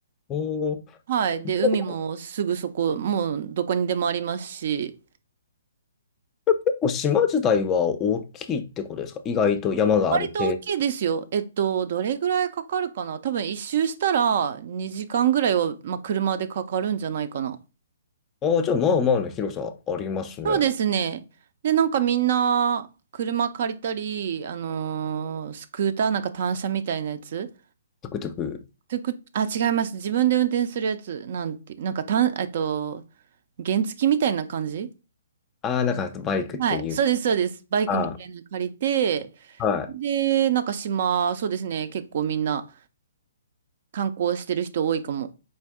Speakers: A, on the left; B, on the right.
A: おおー。
B: はい、で、
A: じゃあ
B: 海もすぐそこ、もうどこにでもありますし、
A: 結構島自体は大きいってことですか。意外と山がある程
B: 割と大きいですよ。えっと、どれぐらいかかるかな多分一周したら2時間ぐらいは、まあ、車でかかるんじゃないかな。
A: 度。ああ、じゃあまあまあの広さありますね。
B: そうですね。で、なんかみんな車借りたり、あのースクーターなんか単車みたいなやつ。
A: トゥクトゥク
B: トゥクあ、違います。自分で運転するやつ。なんて、なんか単、えっと、原付みたいな感じ
A: ああ、なんかバイクっていう
B: はい。そうです、そうです。バイクみたいなの借りて、
A: ああはい。
B: で、なんか島、そうですね。結構みんな観光してる人多いかも。